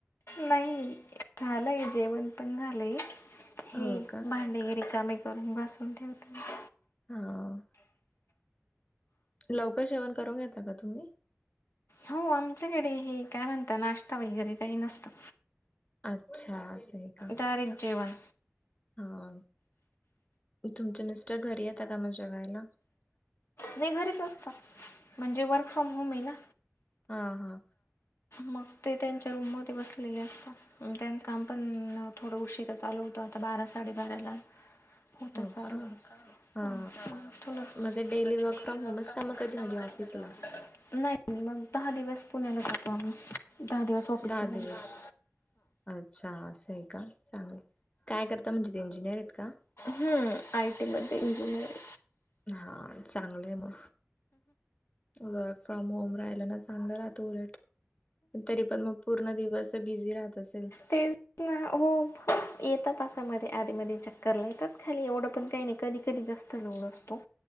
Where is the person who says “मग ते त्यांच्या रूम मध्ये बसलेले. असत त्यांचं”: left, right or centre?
Left